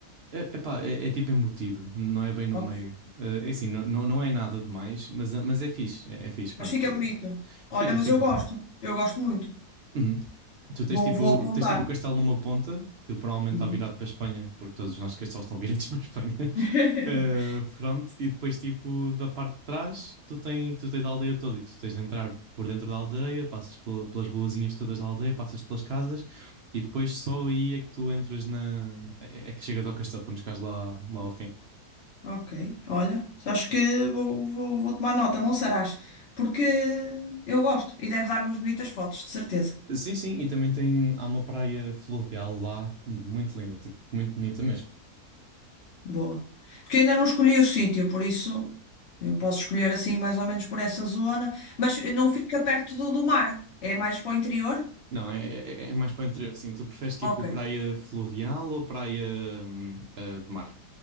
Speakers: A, on the right; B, on the left.
A: É, epá, é, é tipo embutido, não é bem no
B: Ok.
A: meio. Eh, é assim, não, não, não é nada demais, mas, mas é fixe, é, é fixe, pronto.
B: Mas fica
A: Eh,
B: bonito. Olha,
A: fica,
B: mas
A: fica.
B: eu gosto. Eu gosto muito.
A: Uhum. Tu tens
B: Vou,
A: tipo,
B: vou apontar.
A: tens tipo o castelo numa ponta, que provavelmente
B: Uhum.
A: está virado para a Espanha, porque todos os nossos castelos estão <laughs> virados para a Espanha. <laughs>
B: <laughs>
A: Eh, pronto, e depois tipo da parte de trás, tu, tem, tu tens a aldeia toda e tu tens de entrar por dentro da aldeia, passas pela- pelas ruazinhas todas da aldeia, passas pelas casas e depois só aí é que tu entras na... é, é que chegas ao castelo quando chegas lá, lá ao fim.
B: Ok, olha. Acho que vou, vou, vou tomar nota, Monsaraz, porque eu gosto e deve dar umas bonitas fotos, de certeza.
A: Sim, sim, e também tem, há uma praia fluvial lá, muito linda, tipo, muito bonita mesmo.
B: Boa. Porque eu ainda não escolhi o sítio, por isso eu posso escolher assim mais ou menos por essa zona, mas não fica perto do, do mar, é mais para o interior?
A: Não, é, é- é é mais para o interior, assim. Tu preferes tipo
B: Ok.
A: praia fluvial ou praia hum, eh, de mar?